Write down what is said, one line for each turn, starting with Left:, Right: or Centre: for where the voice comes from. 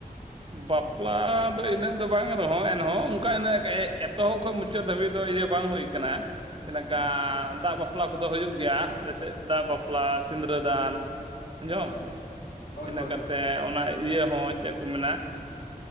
Right: ᱵᱟᱯᱞᱟ ᱫᱚ ᱤᱱᱟᱹᱜ ᱫᱚ ᱵᱟᱝ ᱨᱮᱦᱚᱸ ᱮᱱᱦᱚᱸ ᱚᱱᱠᱟ ᱤᱱᱟᱹᱜ ᱮᱛᱚᱦᱚᱵ ᱠᱷᱚᱱ ᱢᱩᱪᱟᱹᱫ ᱢᱩᱪᱟᱹᱫ ᱫᱷᱟᱹᱵᱤᱡ ᱫᱚ ᱤᱭᱟᱹ ᱵᱟᱝ ᱦᱩᱭ ᱟᱠᱟᱱᱟ ᱡᱮᱞᱠᱟ
Left: ᱟᱪᱪᱷᱟ
Right: ᱫᱟᱜ ᱵᱟᱯᱞᱟ ᱠᱚᱫᱚ ᱦᱩᱭᱩᱜ ᱜᱮᱭᱟ ᱟᱞᱮ ᱥᱮᱫ ᱫᱟᱜ
Left: ᱟᱪᱪᱷᱟ
Right: ᱵᱟᱯᱞᱟ ᱥᱤᱸᱫᱽᱨᱟᱹᱫᱟᱱ ᱟᱸᱡᱚᱢ
Left: ᱟᱪᱪᱷᱟ ᱟᱪᱪᱷᱟ ᱦᱳᱭ
Right: ᱤᱱᱟᱹ
Left: ᱦᱳᱭ
Right: ᱠᱟᱛᱮ
Left: ᱦᱳᱭ
Right: ᱚᱱᱟ ᱤᱭᱟᱹ ᱦᱚᱸ ᱪᱮᱫ ᱠᱚ ᱢᱮᱱᱟ